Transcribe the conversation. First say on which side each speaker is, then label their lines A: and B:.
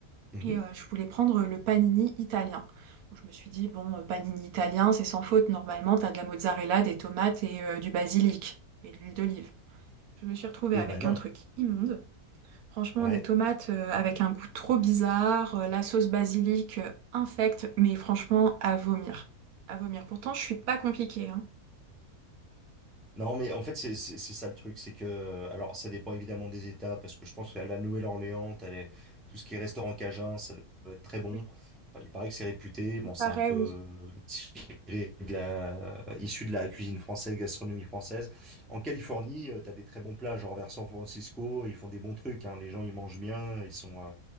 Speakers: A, in the centre; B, on the right (about 75°).
A: Mhm.
B: Et euh, je voulais prendre le panini italien. Donc, je me suis dit, bon, euh, panini italien, c'est sans faute. Normalement, t'as de la mozzarella, des tomates et euh, du basilic et de l'huile d'olive. Je me suis retrouvée
A: Et
B: avec
A: ben non.
B: un truc immonde. Franchement,
A: Ouais.
B: des tomates euh, avec un goût trop bizarre, euh, la sauce basilic euh, infecte, mais franchement, à vomir. À vomir. Pourtant, je suis pas compliquée, hein.
A: Non, mais en fait, c'est c'est- c'est ça le truc, c'est que, alors, ça dépend évidemment des États, parce que je pense qu'à la Nouvelle-Orléans, t'as les- tout ce qui est restaurant cajun, ça doit être très bon.
B: Oui,
A: Enfin, il paraît que c'est réputé, bon,
B: il paraît,
A: c'est un peu
B: oui.
A: tiré de la, issu de la cuisine française, gastronomie française. En Californie, euh, t'as des très bons plats, genre vers San Francisco, ils font des bons trucs, hein. Les gens, ils mangent bien, ils sont, euh,